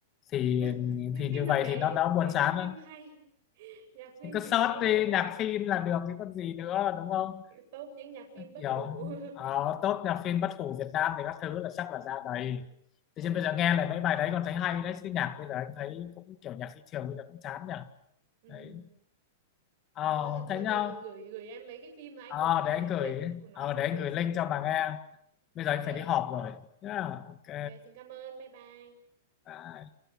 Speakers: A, on the left; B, on the right.
A: thì
B: <laughs> nhưng
A: thì
B: phim
A: như
B: nào
A: vậy
B: phải
A: thì nó đỡ
B: có
A: buồn
B: nhạc
A: chán hơn
B: phim hay nhạc phim
A: Thì cứ search
B: phải hay
A: đi
B: cơ
A: nhạc phim là được chứ còn gì nữa đúng không
B: tốt những nhạc phim bất
A: kiểu
B: hủ <laughs>
A: uh, top nhạc phim bất hủ Việt Nam thì các thứ là chắc là ra đầy
B: Việt Nam ồ
A: thế chứ bây giờ nghe lại mấy bài đấy còn thấy hay đấy chứ nhạc bây giờ anh thấy cũng kiểu nhạc thị trường bây giờ cũng chán nhỉ
B: ừ.
A: đấy ờ
B: thôi thế có
A: thế nhá
B: gì gửi gửi em mấy cái phim mà anh
A: Ờ,
B: vừa bảo
A: để
B: ấy
A: anh gửi
B: quên nói
A: ờ,
B: xong
A: để anh
B: quên
A: gửi
B: sửa
A: link
B: mất
A: cho
B: rồi
A: bà nghe bây
B: ok
A: giờ anh phải đi họp rồi yeah, ok
B: ok xin cảm ơn bye bye
A: bye